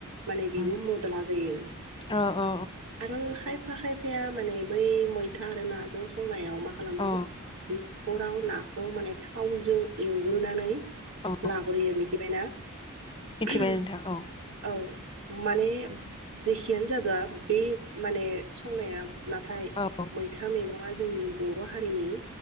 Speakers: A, on the right; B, on the left.
A: माने बिबो
B: उम
A: मदला जायो
B: औ औ
A: आरो खायफ खा खायफाया माने बै मैथा आरो नाजों संनायाव म खालानो
B: औ
A: अराव नाखौ माने थावजों एवग्रोनानै
B: औ
A: लाग्रोयो मिथिबायना
B: मिथिबाय
A: <unintelligible>
B: नोंथां औ
A: औ मानेफ खियानो जादोआ बेेै माने संनाया नाथाय
B: औ
A: मैथा मेगं <unintelligible> जोंनि बर' हारिनि